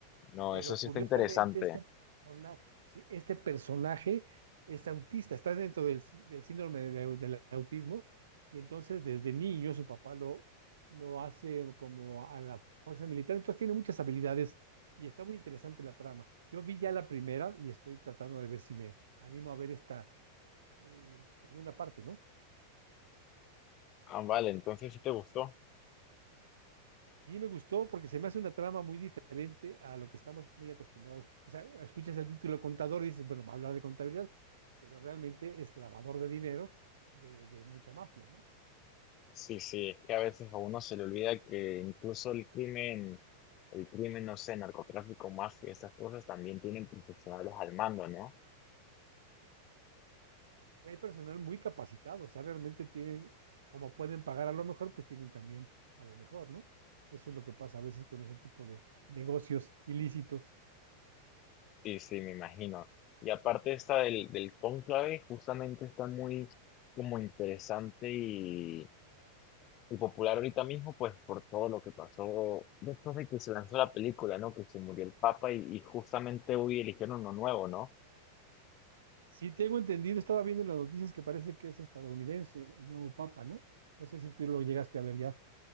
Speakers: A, on the left; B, on the right.
A: no,
B: Pero
A: eso sí
B: curiosamente,
A: está interesante.
B: este personaje, sí, este personaje es autista, está dentro del, sí- del síndrome de au- del autismo, y entonces desde niño su papá lo, lo hace como a la fuerza militar, entonces tiene muchas habilidades y está muy interesante la trama. Yo vi ya la primera y estoy tratando de ver si me animo a ver esta eh, segunda parte, ¿no?
A: Ah, vale, entonces sí te gustó.
B: Sí, me gustó porque se me hace una trama muy diferente a lo que estamos muy acostumbrados. O sea, escuchas el título contador y dices, bueno, va a hablar de contabilidad, pero realmente es lavador de dinero de, de mucha mafia, ¿no?
A: Sí, sí, es que a veces a uno se le olvida que incluso el crimen, el crimen, no sé, narcotráfico, mafia, estas cosas también tienen profesionales al mando, ¿no?
B: Sí, hay personal muy capacitado, o sea, realmente tienen, como pueden pagar a lo mejor, pues tienen también a lo mejor, ¿no? Eso es lo que pasa a veces con ese tipo de negocios ilícitos.
A: Sí, sí, me imagino. Y aparte esta del, del cónclave, justamente está muy como interesante y, y popular ahorita mismo, pues por todo lo que pasó después de que se lanzó la película, ¿no? Que se murió el Papa y, y justamente hoy eligieron uno nuevo, ¿no?
B: Sí, tengo entendido, estaba viendo en las noticias que parece que es estadounidense el nuevo papa, ¿no? No sé si tú lo llegaste a ver ya.